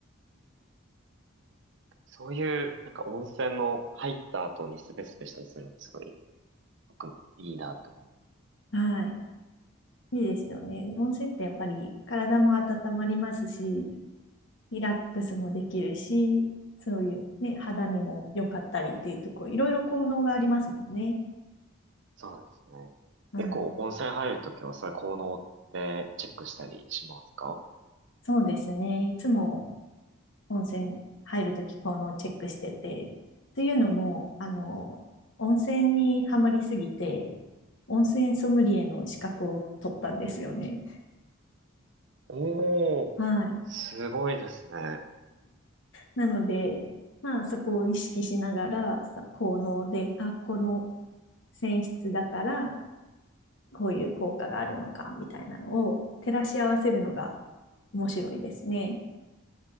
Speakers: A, on the right (about 60°); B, on the left (about 60°).
A: そういう、なんか温泉の入った後にスベスベしたりするのってすごい、僕、いいなって思います。
B: はい。いいですよね。温泉ってやっぱり体も温まりますし、リラックスもできるし、そういうね、肌にも良かったりっていうとこ、いろいろ効能がありますもんね。
A: そうですね。
B: うん、
A: 結構温泉入るときはそういう効能ってチェックしたりしますか
B: そうですね。いつも温泉入るとき効能をチェックしてて、というのも、あの、温泉にはまりすぎて、温泉ソムリエの資格を取ったんですよね。
A: おー、
B: はい。
A: すごいですね。
B: なので、まあそこを意識しながら、さ効能で、あ、この泉質だからこういう効果があるのかみたいなのを照らし合わせるのが面白いですね。